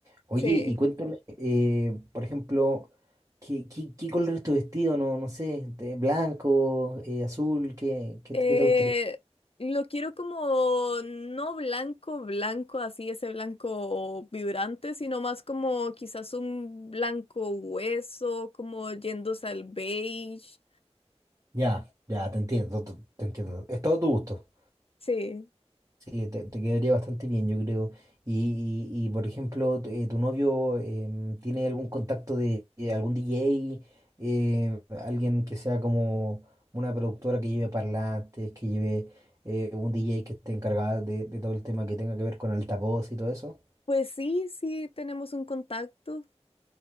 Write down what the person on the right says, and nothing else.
Oye,
y cuéntame, eh, por ejemplo, ¿qué, qué, qué color es tu vestido? No, no sé, de blanco, eh, azul, ¿qué, qué,
te qué te gustaría?
Ya, ya, te entiendo, to- te entiendo. Es todo tu gusto.
Sí, te, te quedaría bastante bien, yo creo. Y, y- y, por ejemplo, tu, eh, tu novio em, tiene algún contacto de eh, algún DJ, eh, alguien que sea como una productora que lleve parlantes, que lleve eh, un DJ que esté encargada de, de todo el tema que tenga que ver con altavoz y todo eso.